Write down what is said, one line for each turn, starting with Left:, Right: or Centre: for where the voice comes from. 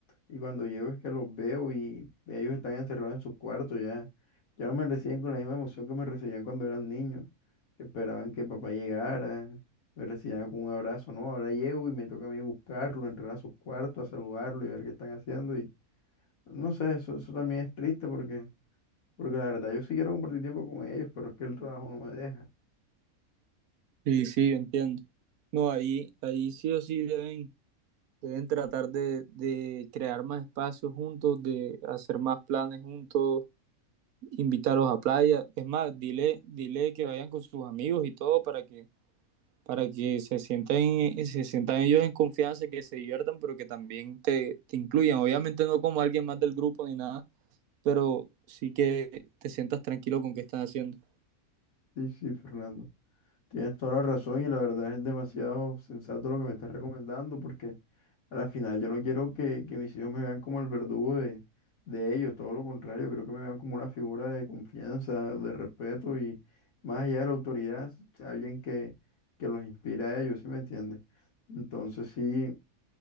Left: Y cuando llego es que los veo y ellos están encerrados en sus cuartos ya. Ya no me reciben con la misma emoción que me recibían cuando eran niños, que esperaban que papá llegara, me recibían con un abrazo, ¿no? Ahora llego y me toca a mí buscarlo, entrar a sus cuartos, a saludarlo y ver qué están haciendo. Y no sé, eso, eso también es triste porque, porque la verdad yo sí quiero compartir tiempo con ellos, pero es que el trabajo no me deja.
Right: Sí, sí, yo entiendo. No, ahí, ahí sí o sí deben, deben tratar de, de crear más espacios juntos, de hacer más planes juntos, invitarlos a playa. Es más, dile, dile que vayan con sus amigos y todo para que para que se sientan, en- se sientan ellos en confianza, que se diviertan, pero que también te, te incluyan. Obviamente no como alguien más del grupo ni nada, pero sí que te sientas tranquilo con qué están haciendo.
Left: Sí, sí, Fernando. Tienes toda la razón y la verdad es demasiado sensato lo que me estás recomendando porque... A la final, yo no quiero que, que mis hijos me vean como el verdugo de, de ellos, todo lo contrario, creo que me vean como una figura de confianza, de respeto y más allá de la autoridad, alguien que, que los inspira a ellos, ¿sí me entiendes? Entonces sí,